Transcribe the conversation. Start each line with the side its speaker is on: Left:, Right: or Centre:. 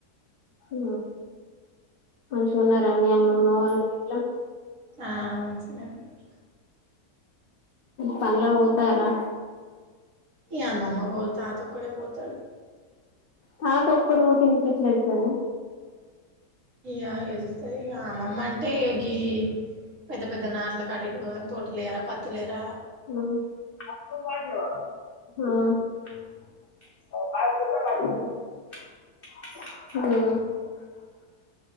Left: ఆ మంచిగా ఉన్నారా మీ అమ్మమ్మ వాళ్ళు గిట్ల
Right: ఆ మంచినే ఉన్నరు
Left: పన్లకు పోతారా
Right: ఏ అమ్మమ్మ పోద్ తాత ఒక్కడే పోతాడు
Left: తాత ఒక్కడు పోతే ఇంట్ల ఎట్లయేల్తది
Right: ఇగ యెళ్తది ఇగ అమ్మమ్మ అంటే గీ పెద్ద పెద్ద నాట్లకాడిపోదు గాని తోట లేరా పత్తు లేరా
Left: ఆ ఆ ఆ